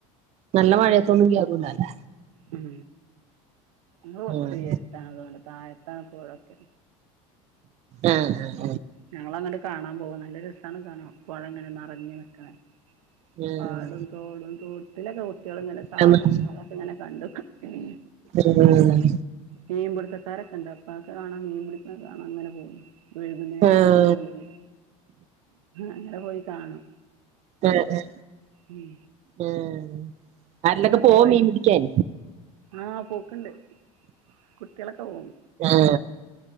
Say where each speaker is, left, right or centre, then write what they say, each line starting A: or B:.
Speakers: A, on the right; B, on the right.
A: നല്ല മഴയത്തൊന്നും കേറൂല ലേ.
B: ഉം നമ്മള് കൊർച്ചുയരത്താണ്
A: ആഹ്
B: അതുകൊണ്ട് താഴത്താണ് പൊഴൊക്കെ.
A: ആഹ് ആഹ്.
B: ഞങ്ങളങ്ങട്ട് കാണാ പോവാ നല്ല രസാണ് കാണാം പൊഴങ്ങനെ നറഞ് നിക്കണെ.
A: ആഹ്
B: പാടും തോടും തോട്ടിലൊക്കെ കുട്ട്യള്ങ്ങനെ ചാടും
A: ആഹ്
B: അതൊ ഇങ്ങനെ കണ്ടുക്കു ഉം.
A: ഉം.
B: മീൻ പിടുത്തക്കാരൊക്കെണ്ട് അപ്പൊ അഒക്കെ കാണാം മീൻ പിടിക്ക്ണ കാണാ ങ്ങനെ പോവും. വൈകുന്നേര
A: ആഹ്
B: സമയങ്ങളില് അങ്ങനെ പോയി കാണും.
A: ഏഹ് ഏഹ്.
B: ഉം.
A: ഏഹ് ആരിലൊക്കെ പോവോ
B: കോഴി
A: മീൻ പിടിക്ക്യാൻ.
B: ആഹ് പോക്ക്ണ്ട് കുട്ട്യളൊക്കെ പോവും.
A: ആഹ്